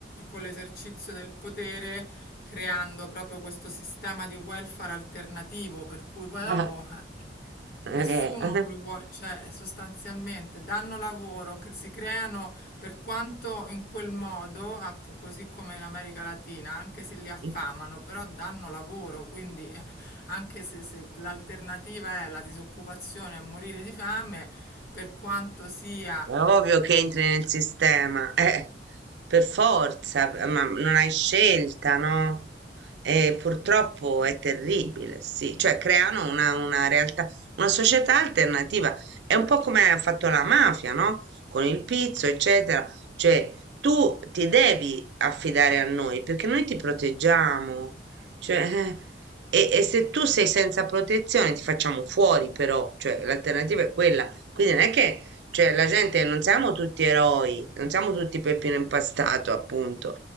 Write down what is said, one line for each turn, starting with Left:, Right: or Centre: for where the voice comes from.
Left: con l'esercizio del potere, creando proprio questo sistema di welfare alternativo, per cui poi dopo...
Right: <laughs>
Left: <laughs>
Right: Ah,
Left: Nessuno
Right: eh,
Left: vuole, vuo- cioè sostanzialmente danno lavoro, cre- si creano per quanto in quel modo, appu- così come in America Latina, anche se li affamano,
Right: eh.
Left: però danno lavoro, quindi eh, anche se, se l'alternativa è la disoccupazione a morire di fame, per quanto sia
Right: È ovvio che entri nel sistema, eh, per forza, eh, ma non hai scelta, no? E purtroppo è terribile, sì, cioè creano una, una realtà, una società alternativa. È un po' come ha fatto la mafia, no? Con il pizzo, eccetera. Cioè, tu ti devi affidare a noi perché noi ti proteggiamo. Cioè, eh, e, e se tu sei senza protezione, ti facciamo fuori, però, cioè, l'alternativa è quella. Quindi non è che cioè, la gente non siamo tutti eroi, non siamo tutti Peppino Impastato, appunto.